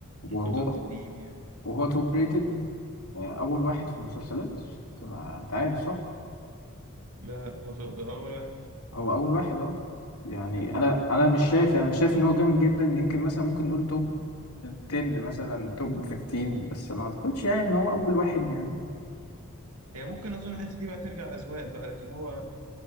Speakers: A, on the right; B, on the left.
A: من
B: ريتد
A: كتر التقييم يعني
B: وهو توب ريتد آه، اول واحد في المسلسلات طبعا انت عارف صح
A: لا هو ط- ده اول واحد
B: هو اول واحد اه يعني
A: يا نهار
B: انا
A: ابيض
B: انا مش شايف
A: اه
B: يعني شايف ان هو جامد جدا يمكن مثلا ممكن نقول توب 10 مثلا توب 15 بس ما اعتقدش يعني ان هو اول واحد يعني
A: هي ممكن اظن الحته دي بقى ترجع اذواق بقى لكن هو